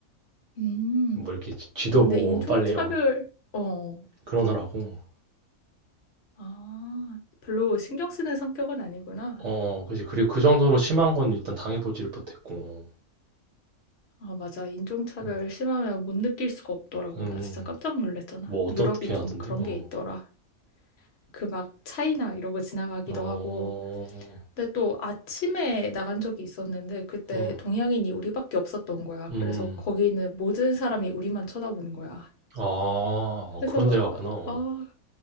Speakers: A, on the left; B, on the right.
A: 음.
B: 뭐 이렇게 지- 지도
A: 어, 근데
B: 보고
A: 인종차별,
B: 빨리 어
A: 어.
B: 그러느라고.
A: 아, 별로 신경 쓰는 성격은 아니구나.
B: 어, 어, 그지. 그리고 그 정도로 심한 건 일단 당해보지를 못했고.
A: 아, 맞아. 인종차별
B: 음,
A: 심하면 못 느낄 수가 없더라고.
B: 음,
A: 나 진짜 깜짝 놀랐잖아.
B: 뭐 어떻게
A: 유럽이
B: 하던데?
A: 좀 그런
B: 어,
A: 게 있더라. 그 막 차이나 이러고 지나가기도
B: 어,
A: 하고. 근데 또 아침에 나간 적이 있었는데 그때
B: 어,
A: 동양인이 우리밖에 없었던 거야.
B: 음,
A: 그래서 거기는 모든 사람이 우리만 쳐다보는 거야.
B: 아,
A: 그래서
B: 그런 데가 갔구나.
A: 어,
B: 어.
A: 아,